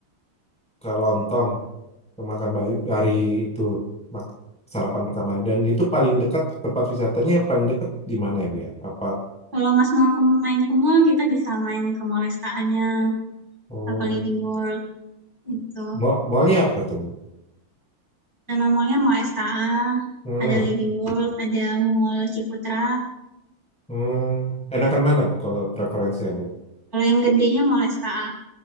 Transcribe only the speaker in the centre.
ke lontong, ke makan bari, hari itu mak- sarapan pertama dan itu paling dekat tempat wisatanya paling dekat di mana ya Bu ya? Apa
Oh,
mall mallnya apa tuh, Bu?
Hmm,
hmm. Enakan mana, Bu, kalau preferensinya, Bu?